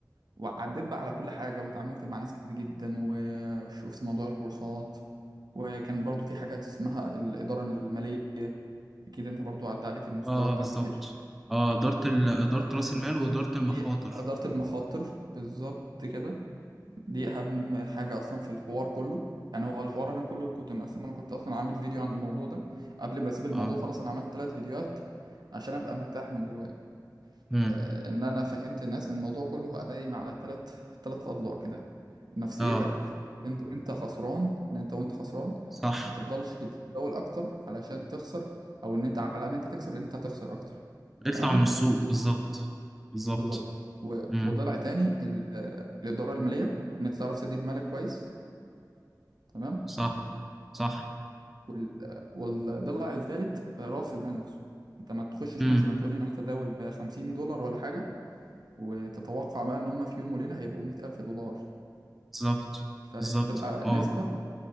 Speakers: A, on the right; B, in the centre.
A: وعديت بقى على كل حاجة واتعاملت مع ناس كتير جدا وشفت موضوع الكورسات وكان برضو في حاجات اسمها الإدارة المالية أكيد أنت برضو عدى عليك المصطلح
B: اه
A: ده
B: بالظبط
A: كتير
B: اه إدارة ال... إدارة
A: آه،
B: رأس المال وإدارة المخاطر
A: دي إدارة المخاطر بالظبط كده دي اهم حاجه اصلا في الحوار كله يعني هو الحوار انا كله كنت مقسم انا كنت اصلا عامل فيديو عن الموضوع ده قبل ما اسيب الموضوع
B: اه
A: خلاص انا عملت ثلاث فيديوهات عشان ابقى مرتاح من جوايا
B: مم.
A: آه، ان انا فهمت الناس ان الموضوع كله قايم على ثلاث ثلاث اضلاع كده نفسيتك
B: اه
A: انت وانت خسران ان انت وانت خسران
B: صح
A: ما تفضلش تتداول اكتر علشان تخسر او ان انت على ما انت تكسب لان انت هتخسر اكتر
B: اطلع
A: تمام
B: من السوق بالظبط بالظبط
A: بالظبط و-
B: مم.
A: وضلع تاني ال- آه، الاداره الماليه ان انت تعرف تدير مالك كويس تمام
B: صح صح
A: وال... والضلع التالت رأس المال نفسه انت ما تخشش
B: مم.
A: مثلا تقول لي انا هتداول ب 50 دولار ولا حاجة وتتوقع بقى ان هم في يوم وليلة هيبقوا 100 ألف دولار
B: بالظبط
A: فهي
B: بالظبط
A: بتبقى
B: اه
A: نسبة